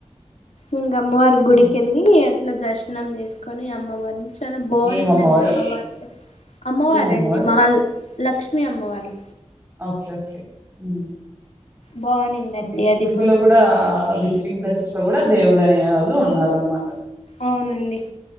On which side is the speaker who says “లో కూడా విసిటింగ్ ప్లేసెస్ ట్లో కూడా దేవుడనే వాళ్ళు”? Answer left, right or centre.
Right